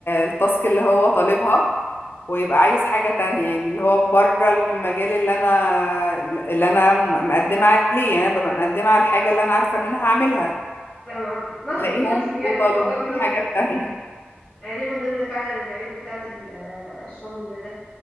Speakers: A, on the left (about 60°); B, in the centre.
A: التاسك اللي هو طالبها ويبقى عايز حاجة تانية يعني اللي هو بره المجال اللي انا اللي انا مقدمة عليه يعني انا ببقى مقدمة على الحاجة اللي انا عارفة ان انا هعملها
B: فاهمة قصدك نصب
A: الاقيهم
B: في نصب يعني
A: وطالبين
B: في الموضوع في نصب
A: حاجات تانية
B: مم. يعني دي من ضمن فعلا العيوب بتاعة ال- آه، الشغل ده